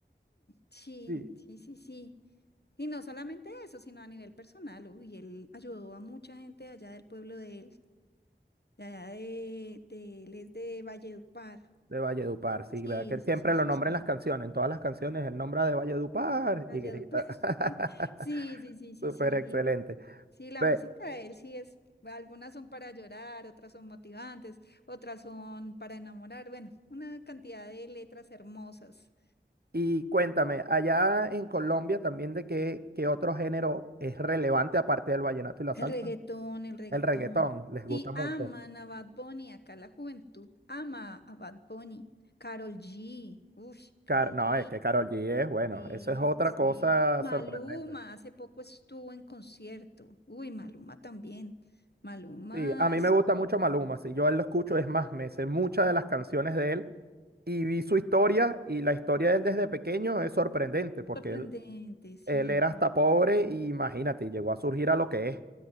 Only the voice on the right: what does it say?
Sí,
de Valledupar, sí,
¿verdad? Que él
siempre
lo
nombra
en las canciones, en todas las canciones él nombra de Valledupar
y grita.
<laughs>
Súper
excelente.
Ve,
y cuéntame, allá en Colombia también de qué, qué otro género es relevante aparte del vallenato y la
salsa.
El reggaetón, les gusta
mucho.
Car- no,
es que Karol G es bueno,
eso es otra
cosa
sorprendente.
Sí, a mí
me gusta mucho Maluma, si yo a él lo escucho es más, me sé muchas de las canciones de él y vi su historia y la historia de él desde pequeño es sorprendente porque
él,
él era hasta pobre y imagínate, llegó a surgir a lo que es